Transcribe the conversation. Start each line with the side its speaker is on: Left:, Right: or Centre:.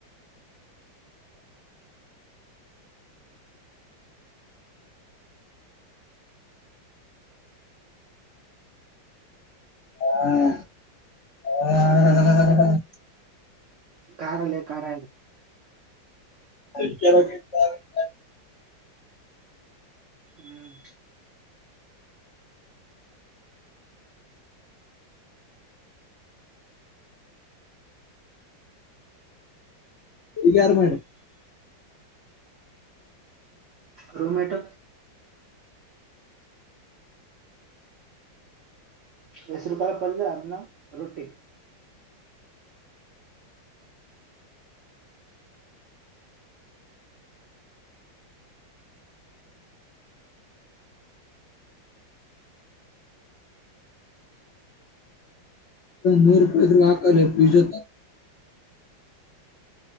Left: ಹಾ <unintelligible>
Right: ಕಾರಾರಲ್ಲೇ ಕಾರಾಯ
Left: <unintelligible>
Right: ಹ್ಮ್
Left: ಇಲ್ಲಿ ಯಾರ್ ಮನೆ
Right: ರೂಮ್ಮೇಟ್ ಹೆಸರು ಕಾಯಿ ಪಲ್ಯ ಅನ್ನ ರೊಟ್ಟಿ
Left: ಮೂರುಭೇದರು ಹಾಕಲೇ ಬಿಜುದು